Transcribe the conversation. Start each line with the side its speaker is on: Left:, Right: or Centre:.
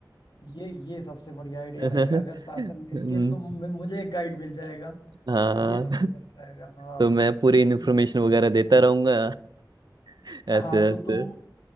Left: ये ये सबसे बढ़िया आइडिया
Right: <laughs>
Left: रहेगा अगर साथ में मिलके
Right: हम्म,
Left: तुम मु- मुझे एक गाइड मिल जाएगा
Right: हाँ
Left: ये सबसे बेस्ट रहेगा हाँ
Right: तो मैं पूरी इन्फॉर्मेशन
Left: तुम
Right: वगैरह देता रहूंगा <laughs>
Left: हाँ
Right: ऐसे
Left: तो
Right: ऐसे
Left: तुम